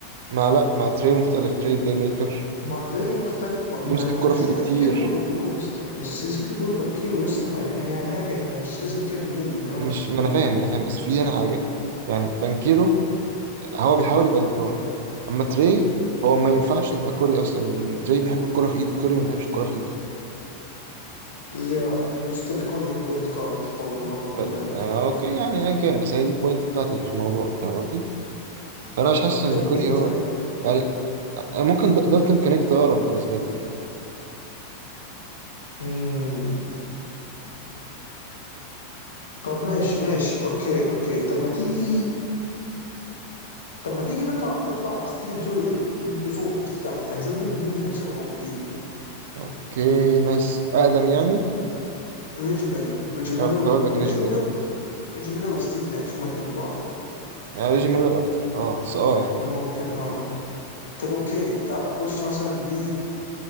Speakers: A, on the right (about 55°); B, on the left (about 65°).
A: ما لا ما تري مختلف تري بلاي ميكر
B: ما تري مختلف ما,
A: بيمسك
B: ما, ما
A: الكرة في
B: زي
A: ايده
B: بانكيرو
A: كتير
B: وليبرون يا اسطى يا س- زي ليبرون وبانكيرو يا اسطى ما هي هي حاجه احنا مش لازم نجيبها بالملي يو نو
A: مش ما انا فاهم ما انا فاهم بس في هنا حاجة يعني بانكيرو هو بيحاول يبقى دي بروين اما تري هو ما ينفعش يبقى كوري اصلا لان تري بيحب الكرة في ايده كوري ما بيحبش الكرة في ايده
B: يا and you still call him point guard برضه بالرغم من كل
A: ب-
B: ده
A: آه اوكي يعني ايا كان بس هي دي البوينت بتاعتي في الموضوع فاهم قصدي فانا مش حاسس ان
B: طب
A: كوري
B: مين طيب؟
A: هو يعني آه، ممكن د- دالتون كونكت اقرب بالنسبة لي
B: مم. طب ماشي ماشي اوكي اوكي طب ما تيجي طب ما تيجي نطلع نطلع بستيفن كيري لقد- لفوق مش لتحت يعني شوف مين مين اللي كان شبهه كبير
A: اوكي ناس اقدم يعني
B: ريجي ميلو ريجي
A: اه
B: ميلو
A: كنت هقول لك ريجي
B: ريجي
A: ميلر
B: ميلو ريجي ميلو وستيف ناش هما الاتنين في بعض كده
A: آه، ريجي ميلر اكتر اه بس اه يعني
B: ممكن اه طب اوكي تعال نخش مثلا ل